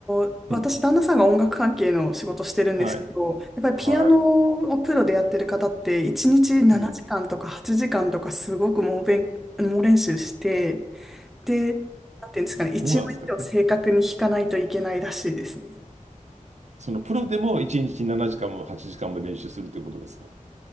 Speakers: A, in the centre; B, on the right.
A: ー私、
B: うん。
A: 旦那さんが音楽関係の仕事してるんですけど、
B: はい。
A: やっぱりピアノをプロでやってる方って、
B: は
A: 1日7時間とか8時間とか、
B: い。うん。
A: すごく猛勉、猛練習して、で、なんていうんですかね、一音一音正確に弾かないといけないらしいですね。
B: どうなんですかそのプロでも1日7時間も8時間も練習するってことですか